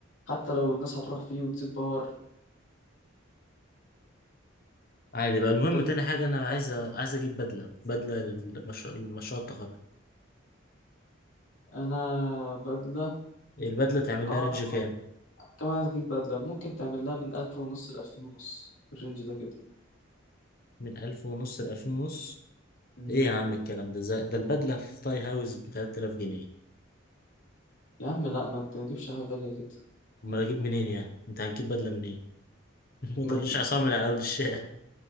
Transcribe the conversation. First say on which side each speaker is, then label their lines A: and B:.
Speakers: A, on the left; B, on the left.
A: حتى لو الناس هتروح فيه وتسيب باور
B: عادي بقى المهم
A: طب
B: تاني
A: انت هناك
B: حاجه انا
A: بتعمل
B: عايز أ-
A: ايه
B: عايز اجيب بدله بدله لمشروع لمشروع التخرج
A: انا بدلة
B: البدله تعمل
A: اه
B: لها رينج
A: انا كمان
B: كام
A: انا كمان عايز اجيب بدلة ممكن تعمل لها من الف ونص لالفين ونص الرينج ده كده
B: من ألف ونص لألفين ونص
A: مم.
B: ايه يا عم الكلام ده زي... ده البدله في تاي هاوس ب 3000 جنيه
A: يا عم لا ما تجيبش حاجة غالية كده
B: امال اجيب منين يعني انت هتجيب بدله منين <laughs> ما
A: ما
B: تقوليش عصامي على اول الشارع